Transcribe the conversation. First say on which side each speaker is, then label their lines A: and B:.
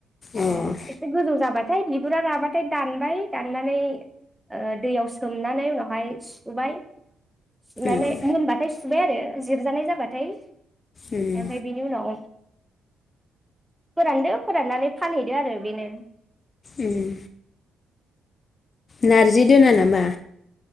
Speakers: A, in the centre; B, on the left.
A: ओ
B: औ
A: एसे गोजौ जाबाथाय बिगुरा राबाथाय दानबाय दाननानै ओ दैयाव सो सोमनानै उनाव हाय सुबाय सुनानै
B: औ
A: मोनबाथाय सुबाय आरो जिरजानाय जाबाथाय ओमफाय
B: उम
A: बेनि उनाव फोरानदो फोराननानै फानहैदो आरो बेनो
B: उम नारजि दोना नामा